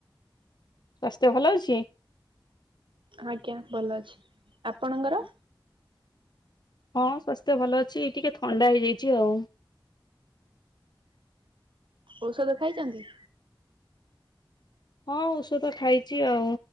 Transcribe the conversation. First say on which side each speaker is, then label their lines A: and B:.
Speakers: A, on the left; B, on the right.
A: ସ୍ୱାସ୍ଥ୍ୟ ଭଲ ଅଛି।
B: ଆଜ୍ଞା ଭଲ ଅଛି ଆପଣଙ୍କର?
A: ହଁ ସ୍ୱାସ୍ଥ୍ୟ ଭଲ ଅଛି ଟିକେ ଥଣ୍ଡା ହେଇଯାଇଛି ଆଉ।
B: ଓ ଔଷଧ ଖାଇଚନ୍ତି?
A: ହଁ ଔଷଧ ଖାଇଚି ଆଉ